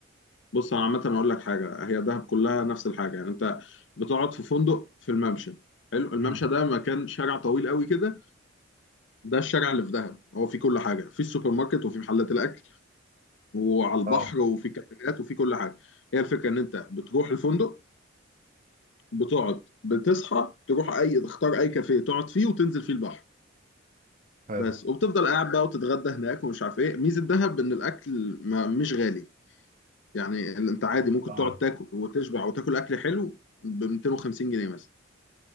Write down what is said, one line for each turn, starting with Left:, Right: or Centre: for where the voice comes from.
Left: بص انا عامة اقول لك حاجة هي دهب كلها نفس الحاجة يعني انت بتقعد في فندق في الممشى حلو الممشى
Right: مم.
Left: ده مكان شارع طويل قوي كده ده الشارع اللي في دهب هو فيه كل حاجة فيه السوبر ماركت وفيه محلات الاكل وعلى البحر
Right: اه
Left: وفيه كافيهات وفيه كل حاجة هي الفكرة ان انت بتروح الفندق بتقعد بتصحى تروح اي تختار اي كافيه تقعد فيه وتنزل فيه البحر
Right: حلو
Left: بس وبتفضل قاعد بقى وتتغدى هناك ومش عارف ايه ميزه دهب ان الاكل ما مش غالي يعني ال- انت عادي ممكن
Right: اه
Left: تقعد تاكل وتشبع وتاكل اكل حلو ب 250 جنيه مثلا